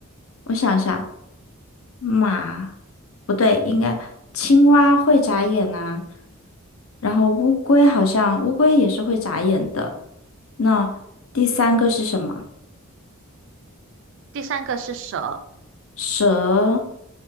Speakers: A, on the left; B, on the right.
A: 我想一下，马，不对，应该青蛙会眨眼呐、然后乌龟好像乌龟也是会眨眼的。那第三个是什么？
B: 第三个是蛇，
A: 蛇，